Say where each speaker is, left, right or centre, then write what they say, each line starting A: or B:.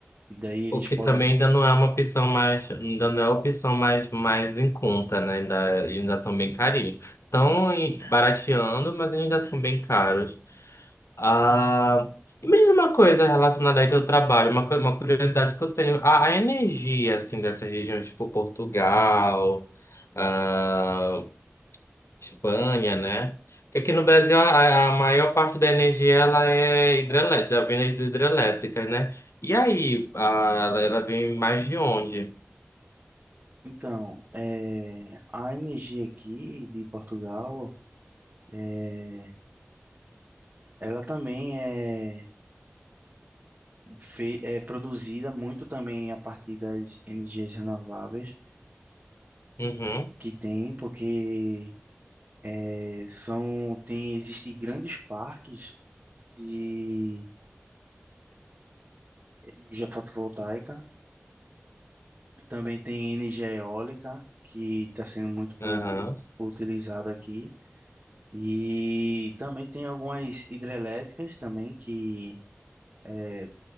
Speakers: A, on the right; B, on the left.
A: E daí eles
B: O que
A: podem.
B: também ainda não é uma opção mais, ainda não é a opção mais, mais em conta, né? Ainda, ainda são bem carinhos. Estão em- barateando, mas ainda são bem caros. Ah, e me diz uma coisa relacionada aí ao teu trabalho, uma, coi- uma curiosidade que eu tenho, a, a energia, assim, dessa região, tipo Portugal, ah, Espanha, né? Porque aqui no Brasil a, a maior parte da energia ela é hidrelétrica, vem de hidrelétricas, né? E aí, a, ela ela vem mais de onde?
A: Então, é, a energia aqui de Portugal, é, ela também é, fe- é produzida muito também a partir das energias renováveis
B: Uhum,
A: que tem, porque é, são tem existe grandes parques de energia fotovoltaica Também tem energia eólica, que está sendo muito
B: aham,
A: u- utilizada aqui. E também tem algumas hidrelétricas também que eh,